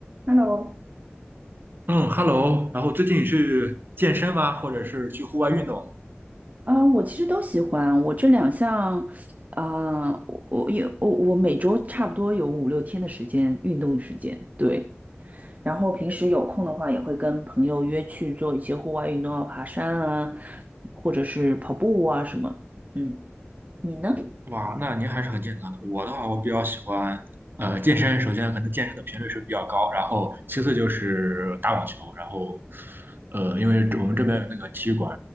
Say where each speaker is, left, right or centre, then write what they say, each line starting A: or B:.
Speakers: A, on the right; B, on the right.
A: Hello，
B: 嗯，Hello，然后最近去健身吗？或者是去户外运动？
A: 啊、我其实都喜欢。我这两项，啊、我我也我我每周差不多有五六天的时间运动时间，对。然后平时有空的话，也会跟朋友约去做一些户外运动啊，爬山啊，或者是跑步啊什么。嗯，你呢？
B: 哇，那您还是很健康的。我的话，我比较喜欢呃健身，首先可能健身的频率是比较高，然后其次就是打网球，然后呃，因为这我们这边有那个体育馆，